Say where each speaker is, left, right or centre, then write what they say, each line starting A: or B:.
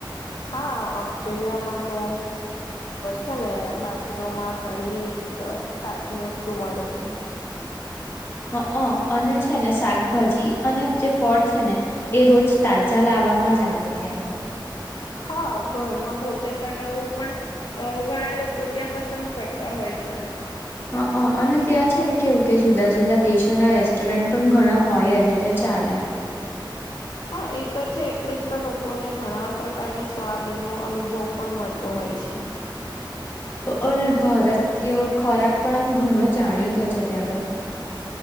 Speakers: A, on the left; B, on the left.
A: હા ઓસ્ટ્રેલિયામાં તો છે ને બાજરોમાં ઘણી તો તાજી વસ્તુ મળે છે
B: હ હ અને છે ને શાકભાજી અને જે ફળ છે ને એ રોજ તાજા લાવે વામાં જ આવે ત્યાં તો
A: હા ઘરમાં ભોજન બનાવવું પણ ઘણા લોકો ત્યાં પસંદ કરતા હોય છે
B: હ હ અને ત્યાં છે ને કેવું કે જુદા જુદા દેશોના રેસ્ટોરન્ટ પણ ઘણા હોય જ જેટલે ચાલે
A: હા એ તો છે એટલે જ તો લોકોને ઘણા પ્રકારના સ્વાદનોો અનુભવ પણ મળતો હોય હોય છે
B: અને ભારતીય ખોરાક પણ આમ ઘણો જાણીતો છે ત્યાં તો